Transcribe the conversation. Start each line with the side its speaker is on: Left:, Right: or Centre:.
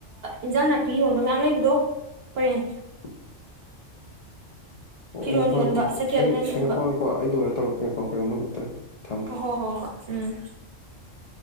Right: ꯏꯟꯖꯥꯡ ꯅꯥꯄꯤ ꯌꯣꯟꯕ ꯃꯌꯥꯝ ꯂꯩꯕꯗꯣ ꯄꯔꯦꯡ
Left: <inaudible> ꯑꯣ
Right: ꯐꯤꯔꯣꯟ
Left: ꯉꯥꯏꯈꯣ
Right: ꯌꯣꯟꯕ
Left: ꯉꯥꯏꯈꯣ
Right: ꯁꯦꯀꯦꯟ
Left: ꯑꯩ
Right: ꯍꯦꯟ ꯌꯣꯟꯕ
Left: ꯉꯥꯏꯈꯣ ꯉꯥꯏꯈꯥ ꯑꯩ ꯂꯣꯏꯔ ꯇꯧꯔꯛꯀꯦ ꯉꯥꯏꯈꯣ ꯀꯩꯅꯣꯝꯃꯇꯪ ꯊꯝꯒꯦ
Right: ꯍꯣꯏ ꯍꯣꯏ ꯍꯣꯏ ꯎꯝ
Left: <inaudible>